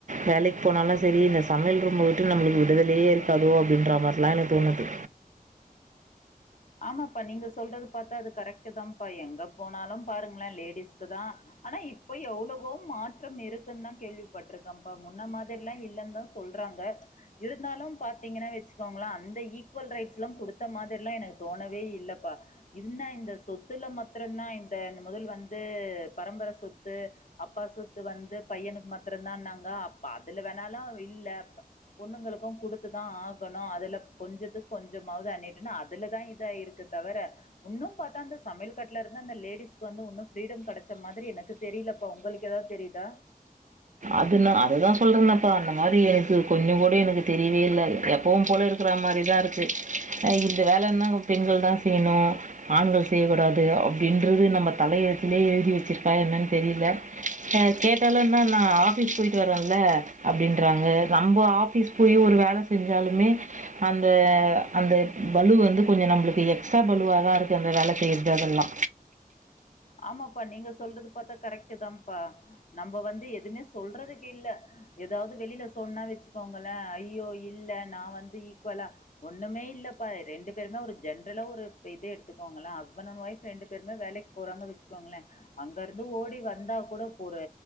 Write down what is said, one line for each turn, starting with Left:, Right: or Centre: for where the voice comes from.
Right: வேலைக் போனாலு செரி இந்த சமையல் ரூம்ம விட்டு நம்மளுக்கு விடுதலையே இருக்காதோ அப்டின்ற மாரில எனக்கு தோணுது
Left: ஆமாப்பா நீங்க சொல்றது பாத்தா அது கரெக்ட்டு தாப்பா எங்க போனாலு பாருங்களே லேடிஸ்க்கு தா ஆனா இப்ப எவ்வளவோ மாற்றம் இருக்குன் தா கேள்விப்பட்டிருக்க பா முன்ன மாதிரில்லா இல்லந்தா சொல்றாங்க இருந்தாலும் பாத்தீங்கன்னா வச்சுக்கோங்களா அந்த ஈக்குவல் ரைட்ஸ் எல்லா குடுத்த மாதிரில்லா எனக் தோணவே இல்லப்பா இன்ன இந்த சொத்துல மத்றதா இந்த முதல் வந்து பரம்பர சொத்து அப்பா சொத்து வந்து பையனுக்கு மத்திரதான்னாங்க அப் அதுல வேணாலு இல்லப் பொண்ணுங்களுக்கு குடுத்து தா ஆகணு அதுல கொஞ்சத்துக்கு கொஞ்சமாவது அனேட்டுன்னு அதுலதா இதா இருக்கு தவிர உன்னும் பாத்தா அந்த சமயல் கட்டல இருந்து அந்த லேடிஸ்கு வந்து உன்னு பிரீடம் கெடைச்ச மாரி எனக்கு தெரியலப்பா உங்களுக்கு ஏதாவது தெரியுதா
Right: அதுன அதுதா சொல்றேனப்ப அந்த மாரி எனக்கு கொஞ்சோ கூட எனக்கு தெரியவே இல்ல எப்பவு போல இருக் இருக்குற மாரி தா இருக்கு அ இந்த வேலன்ன பெண்கள் தா செய்யணு ஆண்கள் செய்யக்கூடாது அப்டின்றது நம்ம தலையத்திலயே எழுதி வச்சிருக்கா என்ன தெரியல ச கேட்டாலு என்னண்ணா ஆபீஸ் போயிட்டு வரல்ல அப்டின்றாங்க நம்ப ஆபீஸ் போய் ஒரு வேல செஞ்சாலுமே அந்த அந்த பளு வந்து கொஞ்ச நம்மளுக்கு எக்ஸ்ட்ரா பளுவா தா இருக்கு அந்த வேல செய்ரது அதெல்லா
Left: ஆமாப்பா நீங்க சொல்றது பாத்தா கரெக்டு தான்ப்பா நம்ம வந்து எதுவுமே சொல்றதுக்கு இல்ல ஏதாவது வெளியில சொன்னா வச்சுக்கோங்களே ஐயோ இல்ல நா வந்து ஈக்குவலா ஒண்ணுமே இல்லப்பா ரெண்டு பேருமே ஒரு ஜென்ரலா ஒரு இதே எடுத்துக்கோங்கள ஹஸ்பண்ட் அண்ட் ஒயஃப் ரெண்டு பேருமே வேலைக் போறாங்க வச்சுக்கோங்களே அங்க இருந்து ஓடி வந்தா கூட ஒரு